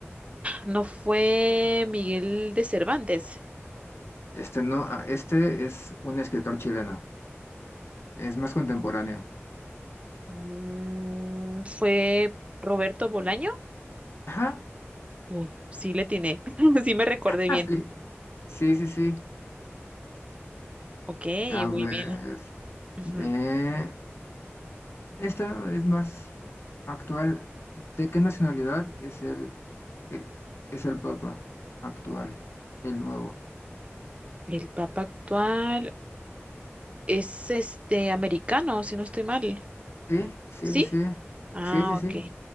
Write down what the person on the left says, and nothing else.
Este no, ah, este es un escritor chileno. Es más contemporáneo.
Ajá. <laughs>
Ah,
sí. Sí, sí, sí.
A
ver.
eh, esta es más actual. ¿De qué nacionalidad es el, eh, es el Papa actual? El nuevo.
Sí, sí,
sí, sí.
Sí, sí, sí.